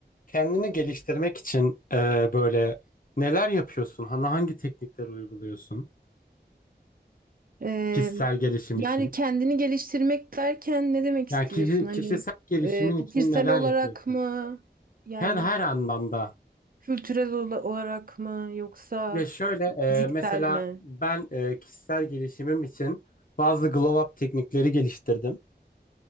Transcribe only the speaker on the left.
Kendini geliştirmek için e, böyle neler yapıyorsun? Hani hangi teknikleri uyguluyorsun?
Kişisel gelişim
için.
Yani
ki-
kişisel gelişimin
için
neler
yapıyorsun?
Her her anlamda.
Ya şöyle
e, mesela
ben e, kişisel gelişimim için bazı glow up teknikleri geliştirdim.